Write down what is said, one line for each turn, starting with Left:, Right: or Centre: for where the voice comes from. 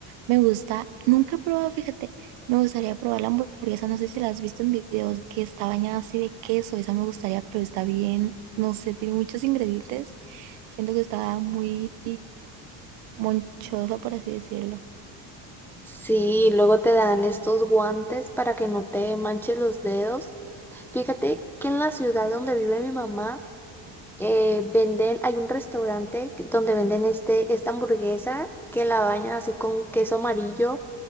Right: Me gusta, nunca he probado, fíjate, me gustaría probar la hamburguesa. No sé si la has visto en videos que está bañada así de queso. Esa me gustaría, pero está bien, no sé, tiene muchos ingredientes. Siento que está muy monchosa, por así decirlo.
Centre: Sí, luego te dan estos guantes para que no te manches los dedos. Fíjate que en la ciudad donde vive mi mamá, eh, venden, hay un restaurante que- donde venden este, esta hamburguesa que la bañan así con queso amarillo.